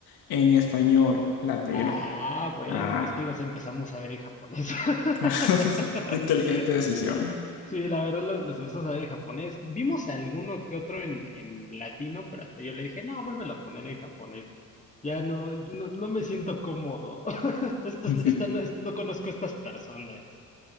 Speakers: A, on the left; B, on the left.
A: en español latino.
B: Ah, bueno,
A: Ah,
B: es que los empezamos a ver en japonés. <laughs>
A: <laughs> inteligente decisión.
B: Sí, la verdad lo- los empezamos a ver en japonés. Vimos alguno que otro en, en latino, pero hasta yo le dije, no, vuélvelo a poner en japonés. Ya no, no, no me siento cómodo. <laughs> Estas-
A: <laughs>
B: esta no, es- no conozco a estas personas.